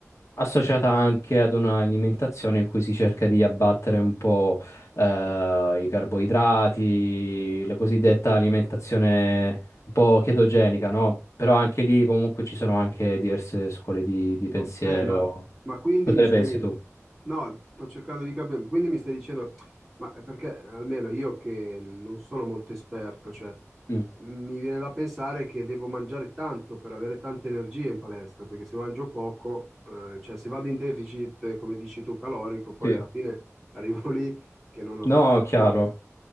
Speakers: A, on the left; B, in the centre.
A: associata anche ad un'alimentazione in cui si cerca di abbattere un po' eh, i carboidrati, la cosiddetta alimentazione un po' chetogenica, no? Però anche lì comunque ci sono anche diverse scuole di, di pensiero.
B: Ok, ma, ma quindi
A: Cosa
B: mi
A: ne
B: stai...
A: pensi tu?
B: No, sto cercando di capire, quindi mi stai dicendo, ma perché almeno io che non sono molto esperto, cioè
A: Mm,
B: mi viene da pensare che devo mangiare tanto per avere tante energie in palestra, perché se mangio poco, eh, cioè se vado in deficit, eh, come dici tu, calorico, poi
A: sì.
B: alla fine arrivo <laughs> lì che non ho
A: No, chiaro.
B: forza.